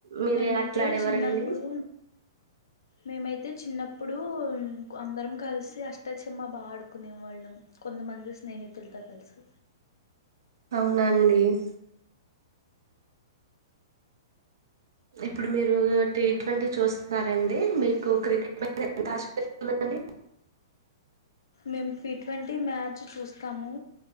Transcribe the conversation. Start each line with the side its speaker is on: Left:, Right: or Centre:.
Right: మీరే
Left: మేమైతే
Right: అట్లా ఆడేవారండి
Left: చిన్నప్పుడు మేమైతే చిన్నప్పు ప్పుడు అందరం కలిసి అష్టాచమ్మా బాగా ఆడుకునే వాళ్ళం కొంతమంది స్నేహితులతో కలిసి
Right: అవున్నా అండి <inaudible> ఇప్పుడు మీరు టీ ట్వంటీ చూస్ న్నారండి మీకు క్రికెట్ మీద ఎంత ఆసక్తి ఉందండి
Left: మేము టీ ట్వంటీ మ్యాచ్ చూస్తాము